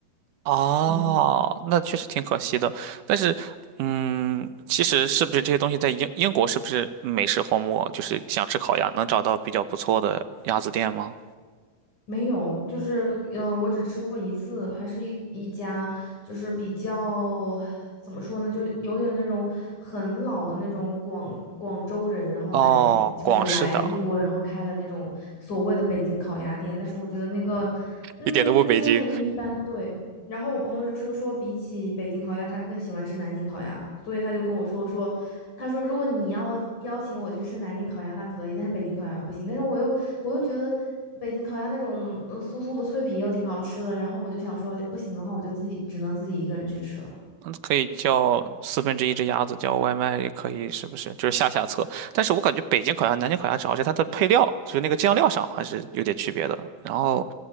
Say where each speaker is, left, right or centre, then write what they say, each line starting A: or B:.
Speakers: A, on the right (about 70°); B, on the left (about 50°).
A: 哦，
B: 嗯。
A: 那确实挺可惜的。但是，嗯，其实是不是这些东西在英英国是不是美食荒漠？就是想吃烤鸭，能找到比较不错的鸭子店吗？
B: 没有，就是嗯、呃我只吃过一次，还是一一家，就是比较怎么说呢，就是有点那种很老的那种广广州人，然后来就是来英国，
A: 哦，广式的，
B: 然后开了那种所谓的北京烤鸭店，但是我觉得那个，嗯，
A: 一点都不北京。
B: 就是很一般，对。然后我朋友就说说，比起北京烤鸭，他更喜欢吃南京烤鸭，所以他就跟我说说，他说如果你要邀请我去吃南京烤鸭，那可以，但是北京烤鸭不行。但是我又我又觉得北京烤鸭那种嗯酥酥的脆皮又挺好吃的，然后我就想说不行的话，我就自己只能自己一个人去吃了。
A: 嗯，可以叫四分之一只鸭子，叫外卖也可以，是不是？就是下下策。但是我感觉北京烤鸭、南京烤鸭，主要是它的配料，就是那个酱料上还是有点区别的。然后